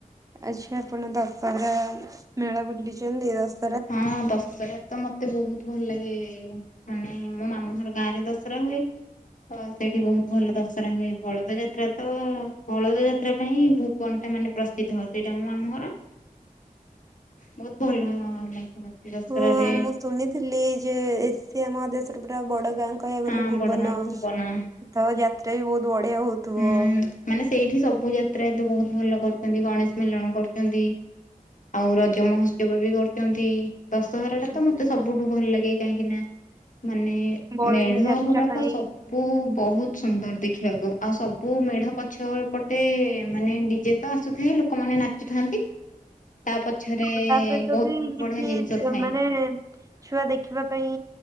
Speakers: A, on the right; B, on the left.
A: ଆଛା ଆପଣ ଦଶହରା ମେଳା ବୁଲିଛନ୍ତି ଦସ
B: ହଁ ଦଶହରା ତ ମତେ ବହୁତ ଭଲ ଲାଗେ ମାନେ ମୋ ମାମୁଁ ଘର ଗାଁ ରେ ଦଶ ତ ହୁଏ ତ ସେଇଠି ବହୁତ ଭଲ ଦଶ ଦଶରା ହୁଏ ବଳଦ ଯାତ୍ରା ତ ବଳଦ ଯାତ୍ରା ପାଇଁ ଭୁବନଟା ମାନେ ପ୍ରସିଦ୍ଧ ସେଇଟା ମୋ ମାମୁଁ ଘର। ହଁ ବହୁତ ଭଲ ଲାଗେ ମତେ। ଦଶହରାରେ
A: ହଁ ମୁଁ ଶୁଣିଥିଲି ଯେ ଏସିଆ ମହାଦେଶର ପୁରା ବଡ ଗାଁ କ କହିବାକୁ
B: ହଁ
A: ଗଲେ ଭୁବନ
B: ବଡ ମା ଭୁବନ
A: ତ ଯାତ୍ରା ବି ବହୁତ ବଢିଆ ହଉଥିବ।
B: ହୁଁ ମାନେ ସେଇଠି ସବୁ ଯାତ୍ରା ଏବେ ବହୁତ ଭଲ କରୁଛନ୍ତି ଗଣେଶ ମଲଣ କରୁଛନ୍ତି। ଆଉ ରଜ ମହୋତ୍ସବ ବି କରୁଛନ୍ତି। ଦଶହରା ଟା ତ
A: ହୁଁ
B: ମୋତେ ସବୁଠୁ ଭଲ ଲାଗେ କାହିଁକି ନା ମାନେ
A: ବଳଦ
B: ମେଢ
A: ଯାତ୍ରା
B: ଗୁଡାକ
A: ପାଇଁ
B: ସବୁ
A: ବି
B: ବହୁତ ସୁନ୍ଦର ଦେଖିବାକୁ। ଆଉ ସବୁ ମେଢ ପଛ ପଟେ ମାନେ ଡିଜେ ତ ଆସୁଥାଏ ଲୋକମାନେ ନାଚୁଥାନ୍ତି। ତା ପଛରେ
A: ହଁ ତା ସହିତ
B: ବହୁତ
A: ବି
B: ବହୁତ
A: କିଛି
B: ବଢିଆ ଜିନିଷ ଥାଏ
A: ଅ, ମାନେ ଛୁଆ ଦେଖିବା ପାଇଁ